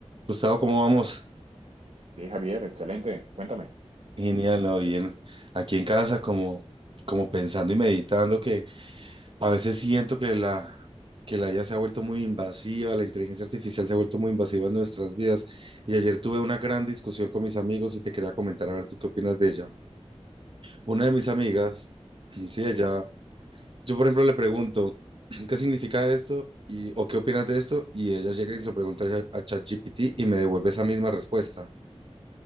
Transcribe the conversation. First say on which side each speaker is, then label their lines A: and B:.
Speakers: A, on the right; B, on the right.
A: Gustavo, ¿cómo vamos?
B: Sí, Javier, excelente. Cuéntame.
A: Genial, ¿no? Bien. Aquí en casa, como, como pensando y meditando, que a veces siento que la, que la IA se ha vuelto muy invasiva, la inteligencia artificial se ha vuelto muy invasiva en nuestras vidas. Y ayer tuve una gran discusión con mis amigos y te quería comentar, a ver, ¿tú qué opinas de ella? Una de mis amigas, <clears throat> sí,
B: Sí.
A: ella, yo por ejemplo le pregunto, <clears throat> ¿qué significa esto? Y, ¿o qué opinas de esto? Y ella llega y se lo pregunta a ChatGPT y me devuelve esa misma respuesta.